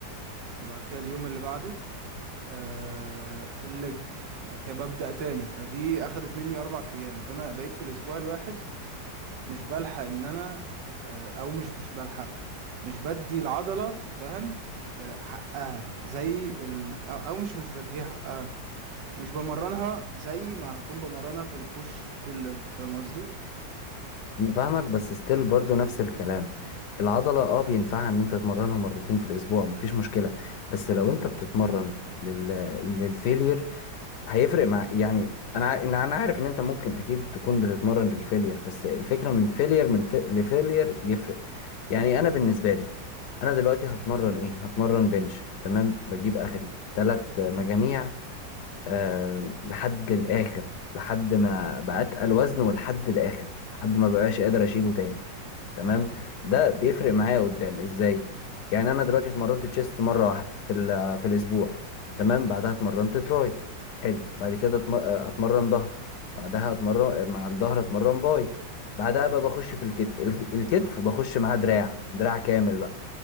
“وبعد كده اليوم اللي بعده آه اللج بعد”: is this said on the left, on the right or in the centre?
Right